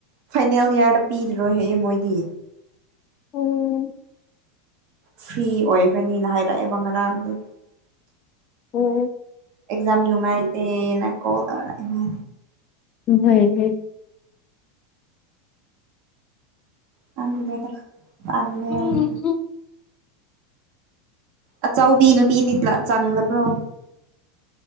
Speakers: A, on the right; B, on the left.
A: ꯐꯥꯏꯅꯦꯜ ꯏꯌꯥꯔꯗ ꯄꯤꯔꯔꯣꯏ ꯍꯩꯌꯦ ꯃꯣꯏꯗꯤ
B: ꯎꯝ
A: ꯐ꯭ꯔꯤ ꯑꯣꯏꯒꯔꯅꯤꯅ ꯍꯥꯏꯔꯛꯑꯦꯕ ꯉꯔꯥꯡꯗꯨ
B: ꯑꯣ
A: ꯑꯦꯛꯖꯥꯝ ꯅꯨꯡꯉꯥꯏꯇꯦꯅ ꯀꯣꯜ ꯇꯧꯔꯅꯦ
B: ꯎꯝ ꯍꯥꯏꯔꯒꯦ
A: ꯈꯪꯗꯦꯗꯥ ꯇꯜꯂꯦ
B: ꯎꯝ
A: ꯌꯥꯝꯅ
B: ꯍꯨꯝ
A: ꯑꯆꯧꯄꯤ ꯅꯨꯄꯤꯗꯤ ꯆ ꯆꯪꯗꯕ꯭ꯔꯣ